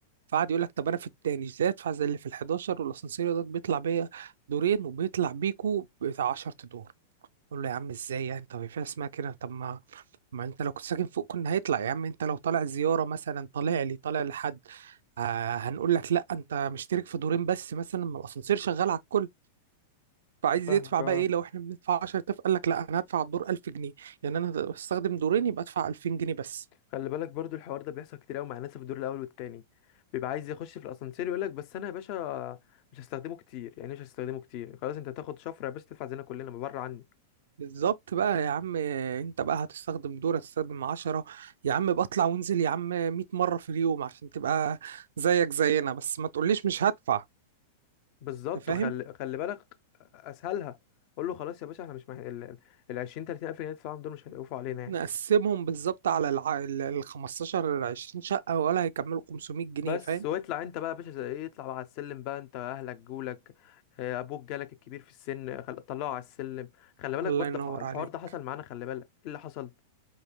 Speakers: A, on the right (about 75°); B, on the left (about 50°).
A: فقعد يقول لك طب أنا في التاني إزاي أدفع زي اللي في الحداشر والأسانسير ده بيطلع بيا دورين وبيطلع بيكو بتاع عشر أدوار أقول له يا عم إزاي يعني طب في اسمها كده طب ما ما أنت لو كنت ساكن فوق كنا هيطلع يا عم أنت لو طالع زيارة مثلا طالع لي طالع لحد آه هنقول لك لا أنت مشترك في دورين بس مثلا ما الأسانسير شغال على الكل فعايز
B: فاهمك
A: يدفع بقى
B: اه
A: ايه لو احنا بندفع 10000 قال لك لا انا هدفع الدور 1000 جنيه يعني انا هستخدم دورين يبقى ادفع 2000 جنيه بس
B: خلي بالك برضو الحوار ده بيحصل كتير قوي مع ناس في الدور الاول والتاني بيبقى عايز يخش في الاسانسير يقول لك بس انا يا باشا مش هستخدمه كتير يعني مش هستخدمه كتير خلاص انت هتاخد شفره يا باشا تدفع زينا كلنا بره عني
A: بالظبط بقى يا عم انت بقى هتستخدم دور هتستخدم 10 يا عم بطلع وانزل يا عم 100 مرة في اليوم عشان تبقى زيك زينا بس ما تقوليش مش هدفع
B: بالظبط
A: انت فاهم
B: وخلي خلي بالك اسهلها قول له خلاص يا باشا احنا مش مح... ال ال- ال 20 30 الف جنيه تدفعهم دول مش هيقفوا علينا يعني
A: نقسمهم بالظبط على الع... ال ال 15 20 شقة ولا هيكملوا 500 جنيه
B: بس
A: فاهم
B: واطلع انت بقى يا باشا زي ايه اطلع بقى على السلم بقى انت اهلك جولك آه، ابوك جالك الكبير في السن خل... طلعه على السلم خلي بالك
A: الله
B: برضه
A: ينور
B: الح- الحوار
A: عليك
B: ده حصل معانا خلي بالك ايه اللي حصل